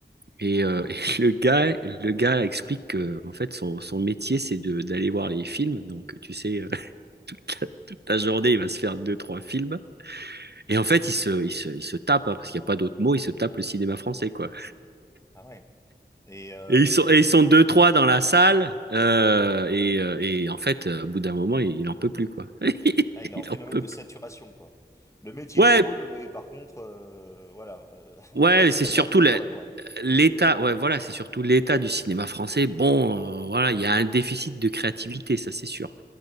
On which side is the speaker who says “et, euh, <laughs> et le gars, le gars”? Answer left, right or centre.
Right